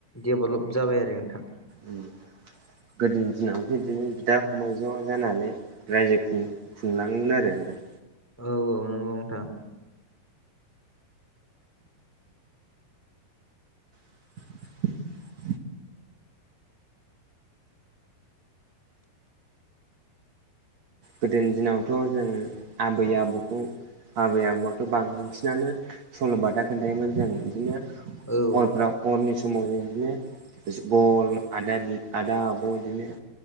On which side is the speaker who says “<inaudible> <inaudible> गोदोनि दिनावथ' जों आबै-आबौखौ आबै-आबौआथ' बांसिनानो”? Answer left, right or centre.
Right